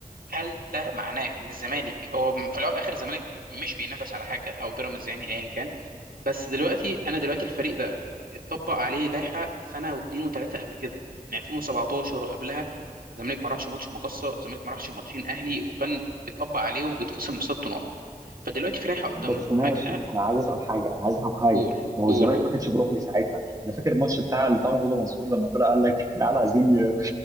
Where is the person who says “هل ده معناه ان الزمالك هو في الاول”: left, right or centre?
Right